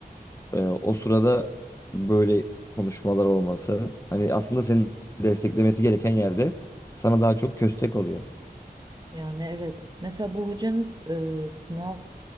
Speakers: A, on the left (about 20°); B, on the right (about 25°).
A: E, o sırada böyle konuşmalar olması. Hani aslında seni desteklemesi gereken yerde sana daha çok köstek oluyor.
B: Yani evet. Mesela bu hocanız e, sınav